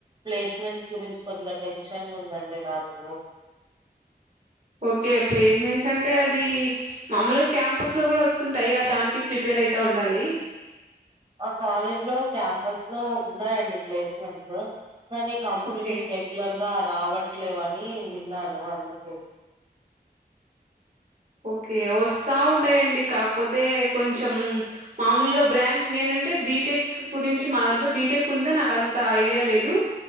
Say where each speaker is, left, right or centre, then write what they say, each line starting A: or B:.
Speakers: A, on the right; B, on the right.
A: ప్లేస్మెంట్స్ గురించి కొద్దిగా టెన్షన్ గా ఉందండి నాకు
B: ఓకే ప్లేస్మెంట్స్ అంటే అది మామూలుగా క్యాంపస్ లో కూడా వస్తుంటాయి ఆ దానికి ప్రిపేర్ అయితా ఉండాలి
A: ఆ కాలేజ్ లో క్యాంపస్ లో ఉన్నాయండి ప్లేస్మెంట్స్ కానీ కంపెనీస్
B: ఓకే
A: రె రెగ్యులర్ గా రావట్లేవని విన్నాను అందుకే
B: ఓకే వస్తాఉంటాయండి కాకపోతే కొంచెం మామూలుగా బ్రాంచ్ నేనంటే బీటెక్ గురించి మా దాంట్లో బీటెక్ ఉందా నాకు అంత ఐడియా లేదు